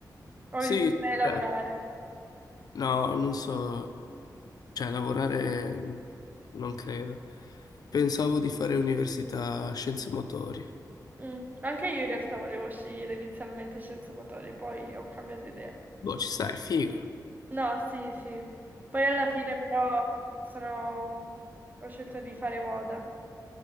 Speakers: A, on the right (about 25°); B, on the left (about 65°).
A: o
B: Sì,
A: iniziare a lavorare?
B: cioè, no, non so, cioè lavorare non credo. Pensavo di fare università scienze motorie.
A: Mm. Anche io in realtà volevo scegliere inizialmente scienze motorie, poi ho cambiato idea.
B: Boh, ci sta, è figo.
A: No, sì, sì. Poi alla fine però sono... ho scelto di fare moda.